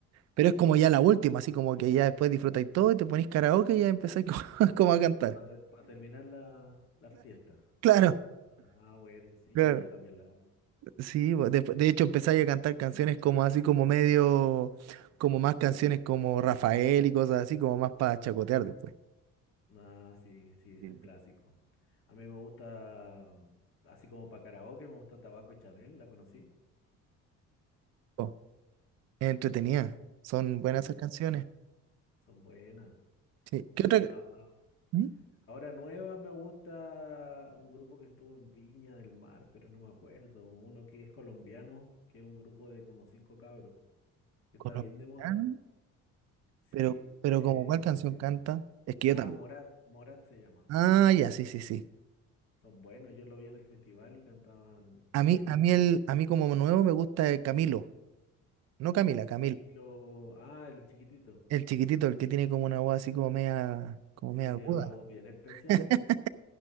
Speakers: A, on the right; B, on the left.
A: Pero es como ya la última, así como que ya después disfrutáis todo y te ponéis karaoke y ya empezáis como, <laughs> como a cantar.
B: Para terminar la, la fiesta.
A: Claro,
B: Ah, bueno, sí,
A: claro,
B: yo también la.
A: sí, bo- de, de hecho empezáis a cantar canciones como así como medio, como más canciones como Rafael y cosas así, como más para chacotear después.
B: Ah, sí, sí, ese
A: Sí.
B: es clásico. A mí me gusta, así como para karaoke, me gusta Tabaco y Chanel, ¿la conocí?
A: Oh, es entretenida, son buenas
B: Sí,
A: esas canciones.
B: son buenas,
A: Sí.
B: son
A: ¿Qué
B: buenas.
A: otra?
B: A- a-
A: ¿Mm?
B: Ahora nuevas me gusta un grupo que estuvo en Viña del Mar, pero no me acuerdo. Uno que es colombiano, que es un grupo de como cinco cabros, que está
A: Colombiano,
B: bien de moda. Sí,
A: pero, pero
B: eh,
A: como cuál canción canta, es que
B: ah,
A: yo también.
B: Morat, Morat se llama.
A: Ah, ya, sí, sí, sí.
B: Son buenos, yo lo vi en el festival y cantaban
A: A mí,
B: bien
A: a
B: en
A: mí
B: vivo.
A: el, a mí como nuevo me gusta el Camilo, no Camila, Camilo.
B: Camilo, ah, el chiquitito.
A: El chiquitito, el que tiene como una voz así como media, como
B: Sí,
A: media aguda.
B: tiene una voz bien especial.
A: <laughs>
B: <laughs>